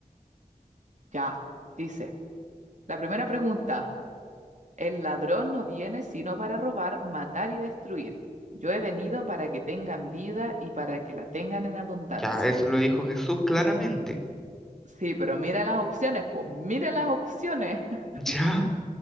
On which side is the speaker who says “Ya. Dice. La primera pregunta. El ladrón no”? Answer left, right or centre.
Right